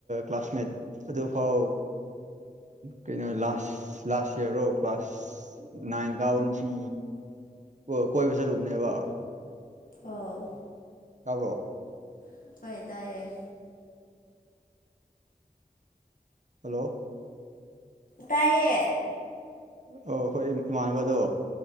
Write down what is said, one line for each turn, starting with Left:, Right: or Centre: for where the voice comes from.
Right: ꯀ꯭ꯂꯥꯁꯃꯦꯠ ꯑꯗꯨꯐꯥꯎ ꯀꯩꯅꯣ ꯂꯥꯁ ꯂꯥꯁ ꯏꯌꯔ ꯔꫭ ꯀ꯭ꯂꯥꯁ ꯅꯥꯏꯟ ꯀꯥꯕ ꯅꯨꯄꯤ ꯀꫭ ꯀꯣꯏꯕ ꯆꯠꯂꯨꯕꯅꯦꯕ
Left: ꯑꯥꯎ
Right: ꯇꯥꯕ꯭ꯔꯣ
Left: ꯍꯣꯏ ꯇꯥꯏꯌ°
Right: ꯍꯜꯂꯣ
Left: ꯇꯥꯏꯌꯦ
Right: ꯑꯥꯎ ꯑꯩꯈꯣꯏ ꯏꯃꯥꯟꯅꯕꯗꯣ